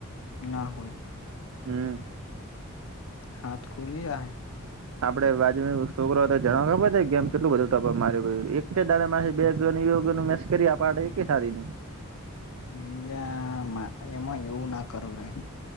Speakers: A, on the left; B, on the right.
A: ના હોય.
B: હમ્મ.
A: હાથ ખુલ્લી આહે.
B: આપડે બાજ માં બી છોકરો હતો જણવા ખબર છે ગેમ કેટલું બધું ટપ મારી એક દાડામાં બે ઘણી ગયું મેં મસકરી આપા અડે એ કે સારી નઈ.
A: મિંજામાં એમાં એવું ના કરો ભાઈ.